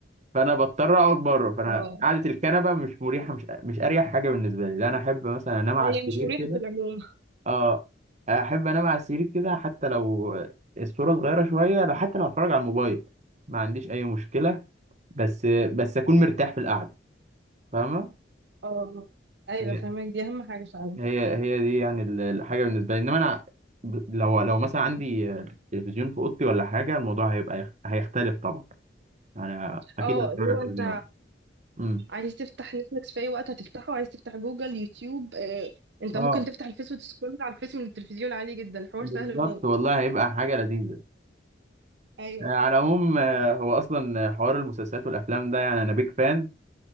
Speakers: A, on the right; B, on the right.
A: فانا بضطر اقعد بره فانا
B: اه
A: قعده الكنبه مش مريحه مش مش اريح حاجه بالنسبه لي لا انا احب مثلا انام على
B: هي
A: السرير
B: مش مريحة
A: كده
B: في العموم
A: اه احب انام على السرير كده حتى لو الصوره صغيره شويه لو حتى لو اتفرج على الموبايل ما عنديش اي مشكله بس بس اكون مرتاح في القعده فاهمه
B: اه ايوه
A: هي
B: فاهمك دي اهم حاجة فعلا
A: هي هي دي يعني ال- الحاجه بالنسبه لي انما انا ب- لو لو مثلا عندي تلفزيون في اوضتي ولا حاجه الموضوع هيبقى يخ- هيختلف طبعا انا اكيد
B: اه
A: هتفرج
B: اللي
A: على
B: هو
A: التلفزيون
B: انت
A: امم
B: عايز تفتح نتفليكس في اي وقت هتفتحه عايز تفتح جوجل يوتيوب آه، انت
A: اه
B: ممكن تفتح الفيس وتسكرول على الفيس من التلفزيون عادي جدا حوار
A: بالظبط
B: سهل موت
A: والله هيبقى حاجه لذيذه
B: ايوه
A: آه، على العموم آه، هو اصلا حوار المسلسلات والافلام ده يعني انا بيك فان